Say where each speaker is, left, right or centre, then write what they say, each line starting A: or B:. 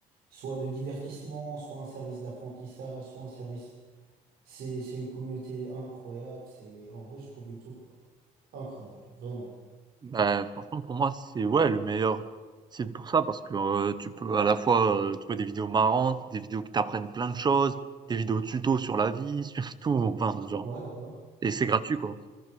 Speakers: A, on the right (about 75°); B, on the right (about 30°).
A: soit de divertissement, soit un service d'apprentissage, soit un service C'est, c'est une communauté incroyable. C'est, en vrai, je trouve YouTube incroyable. Vraiment.
B: Bah, franchement, pour moi, c'est ouais le meilleur site pour ça parce que euh, tu peux à la fois euh, trouver des vidéos marrantes, des vidéos qui t'apprennent plein de choses, des vidéos tuto sur la vie, <laughs> surtout, enfin, genre,
A: Ouais, ouais,
B: et
A: ouais.
B: c'est gratuit quoi.